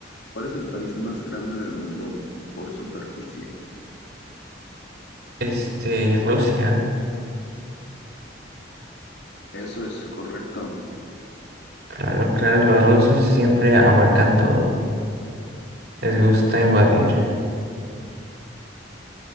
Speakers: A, on the left; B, on the right.
A: ¿cuál es el país más grande del mundo por superficie?
B: Este, Rusia,
A: Eso es correcto.
B: claro, claro, los rusos siempre abarcan todo. Les gusta invadir.